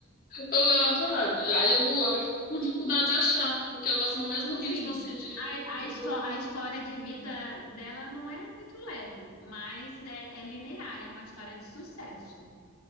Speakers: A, on the left; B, on the left.
A: Eu, eu, ah, aí eu vou, eu fico com dificuldade de achar, porque eu gosto no mesmo
B: Assim,
A: ritmo assim de,
B: a,
A: de
B: a,
A: grupo.
B: histó a história de vida dela não é muito leve, mas é, é linear, é uma história de sucesso.